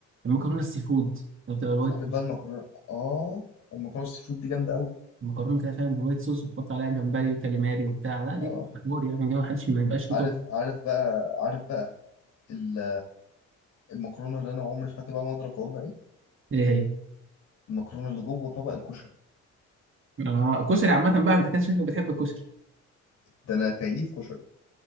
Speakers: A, on the right (about 45°); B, on the left (about 65°).
A: المكرونه السي فود اللي بتبقى الوايت
B: عارف
A: صوص
B: بقى المكرونه اه المكرونه السي فود دي جامده قوي
A: المكرونه كده فاهم بالوايت صوص وتحط عليها جمبري وكاليماري وبتاع لا دي
B: اه
A: حوار يعني دي ما حدش ما يبقاش ليه
B: عارف
A: طاقه
B: عارف بقى عارف بقى ال- المكرونه اللي انا عمري في حياتي بقى ما ادرك اقومها ايه
A: ايه هي
B: المكرونه اللي جوه طبق الكشري
A: آه كشري عامه بقى انت كده شكلك بتحب الكشري
B: ده انا كيف كشري